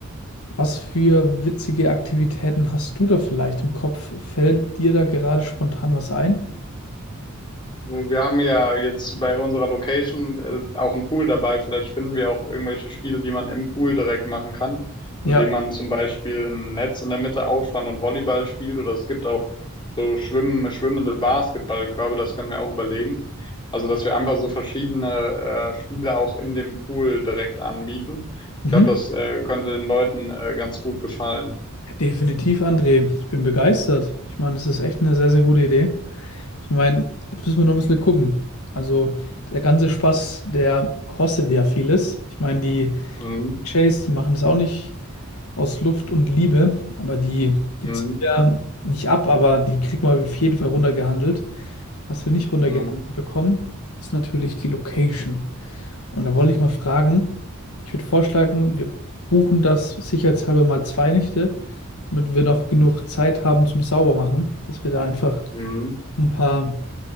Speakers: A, on the left; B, on the left.
A: Was für witzige Aktivitäten hast du da vielleicht im Kopf? Fällt dir da gerade spontan was ein?
B: Wir haben ja jetzt bei unserer Location äh, auch einen Pool dabei. Vielleicht finden wir auch irgendwelche Spiele, die man im Pool direkt machen kann,
A: Ja,
B: indem man zum Beispiel ein Netz in der Mitte aufspannt und Volleyball spielt. Oder es gibt auch so schwimmen, schwimmende Basketballkörbe, das können wir auch überlegen. Also, dass wir einfach so verschiedene äh, Spiele auch in dem Pool direkt anbieten. Ich
A: mhm.
B: glaube, das äh, könnte den Leuten äh, ganz gut gefallen.
A: Definitiv, André. Ich bin begeistert. Ich meine, das ist echt eine sehr, sehr gute Idee. Ich meine, jetzt müssen wir noch ein bisschen gucken. Also, der ganze Spaß, der kostet ja vieles. Ich meine, die
B: Mhm.
A: Chase die machen es auch nicht aus Luft und Liebe, aber die,
B: Mhm.
A: die ziehen ja nicht ab, aber die kriegt man auf jeden Fall runtergehandelt. Was wir nicht runtergehandelt
B: Mhm.
A: bekommen, ist natürlich die Location. Und da wollte ich mal fragen, ich würde vorschlagen, wir buchen das sicherheitshalber mal zwei Nächte, damit wir noch genug Zeit haben zum Saubermachen, dass wir da einfach
B: Mhm.
A: ein paar